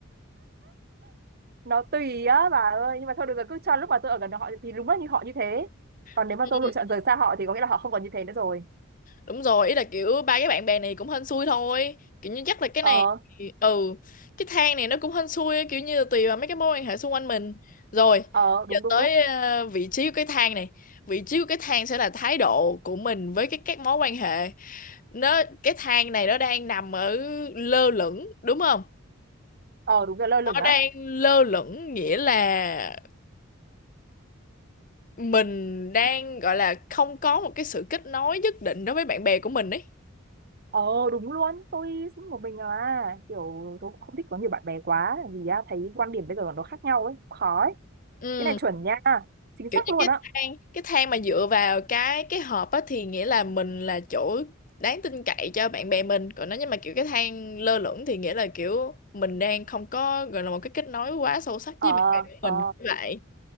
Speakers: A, on the right; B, on the left.
A: nó tùy á bà ơi nhưng mà thôi được rồi cứ cho lúc mà tôi ở gần họ thì đúng là như họ như thế còn
B: <laughs>
A: nếu mà tôi lựa chọn rời xa họ thì có nghĩa là họ không còn như thế nữa rồi
B: đúng rồi ý là kiểu ba cái bạn bè này cũng hên xui thôi kiểu như chắc là cái
A: ờ
B: này thì- ừ cái thang này nó cũng hên xui kiểu như là tùy vào mấy cái mối quan hệ xung quanh mình rồi
A: ờ
B: giờ
A: đúng đúng
B: tới
A: đúng
B: ờ, vị trí của cái thang này vị trí của cái thang sẽ là thái độ của mình với cái các mối quan hệ nó cái thang này nó đang nằm ở lơ lửng đúng không
A: ờ đúng rồi lơ lửng
B: nó
A: á
B: đang lơ lửng nghĩa là mình đang gọi là không có một cái sự kết nối nhất định đối với bạn bè của mình ấy
A: ờ đúng luôn tôi cũng một mình à kiểu tôi cũng không thích có nhiều bạn bè quá vì á, thấy quan điểm bây giờ nó khác nhau ấy khó ấy
B: ừ
A: cái này chuẩn nha chính
B: kiểu
A: xác
B: như
A: luôn
B: cái
A: á
B: thang cái thang mà dựa vào cái cái hộp á thì nghĩa là mình là chỗ đáng tin cậy cho bạn bè mình còn nếu như mà kiểu cái thang lơ lửng thì nghĩa là kiểu mình đang không có gọi là một cái kết nối quá sâu sắc
A: ờ
B: với bạn bè của
A: ờ
B: mình như vậy